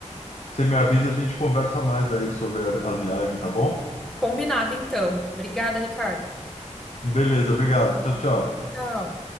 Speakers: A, on the left (about 60°); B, in the centre.
A: você me avisa, a gente conversa mais daí sobre a, a viagem, tá bom?
B: Combinado então. Obrigada, Ricardo.
A: Beleza, obrigado. Tchau, tchau.
B: Tchau.